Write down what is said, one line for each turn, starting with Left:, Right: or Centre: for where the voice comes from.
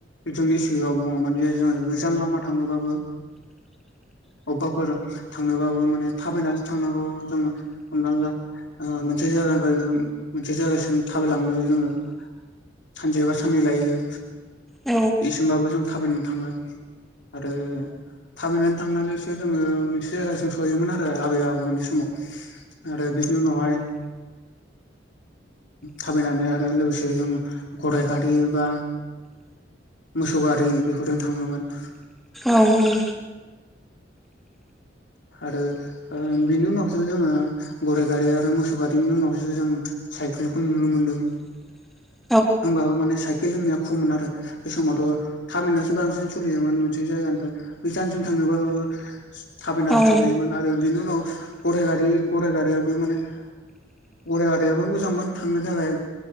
Left: जोंनि सिगाङाव बुङोमोन जे जोङो गोजान लामा थाङोबाबो अबेबाफोर थांनोबाबो माने थाबायनानैो थांनांगौ जोङो हमना ला मोनसे जायगानिफ्राय मोनसे जायगासिम थाबायलांदों जोङो सानसेबा साननै लायो
Centre: औ
Left: इसेमबाबो जों थाबायनानै थाङो आरो थाबायनानै थांनानैसो जोङो मोनसे जायगााजों सहैयोमोन आरो आबै आबौमोननि समाव आरो बिनि उनावहाय थाबायनानै आरो लोगोसे जों गराइ गारि बा मोसौ गारि बेफोरजों थाङोमोन
Centre: औ औ
Left: आरो बिनि उनावसो जोङो गराइ गारि आरो मोसौ गारिनि उनावसो जों साइकेलखौ नुनो मोनदों
Centre: <inaudible>
Left: होनोमबाबो माने साइकेल होननाया खममोन आरो बे समावथ' थामिननासो बांसिन सोलियोमोन मोनसे जायगानिफ्राय बैसाननिसिम थांनोबो थाबायनानै
Centre: औ
Left: थांखायोमोन आरो बिनि उनाव गराइ गारि गराइ गारियाबो माने गरायाइ आारिायाबो मोजांमोन थांनो थाखाय